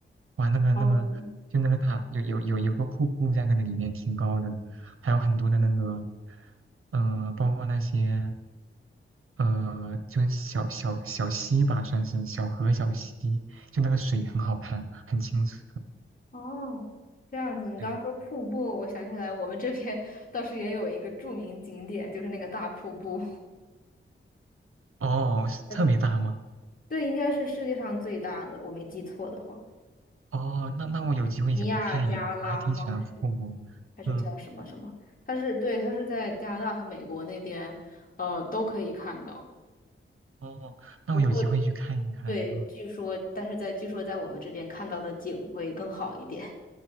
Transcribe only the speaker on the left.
哦
哦，这样子。你刚刚说瀑布，
我想起来，我们这边 <laughs> 倒是也有一个著名景点，就是那个大瀑布。
呃对，应该是世界上最大的，我没记错的话，
尼亚加拉吗？还是还是叫什么什么？
它是对，它是在加拿大和美国那边，呃，都可以看到。
不过对，
据说，但是在据说在我们这边看到的景会更好一点。